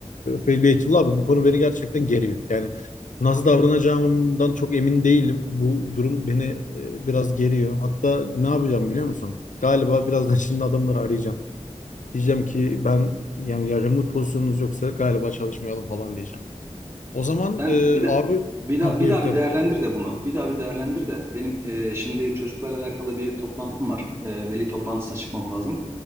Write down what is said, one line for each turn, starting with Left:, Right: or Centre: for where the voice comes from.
Left: e, Beytullah abi bu konu beni gerçekten geriyor. Yani Nasıl davranacağımdan çok emin değilim. Bu durum beni e, biraz geriyor. Hatta ne yapacağım biliyor musun? Galiba birazdan <laughs> şimdi adamları arayacağım. Diyeceğim ki ben yani ya remote pozisyonunuz yoksa galiba çalışmayalım falan diyeceğim. O zaman
Right: Ben
Left: e,
Right: bir de
Left: abi
Right: bir
Left: ha
Right: daha
Left: buyur
Right: bir daha
Left: tabii.
Right: bir değerlendir de bunu. Bir daha bir değerlendir de. Benim e, şimdi çocuklarla alakalı bir toplantım var. E, veli toplantısına çıkmam lazım.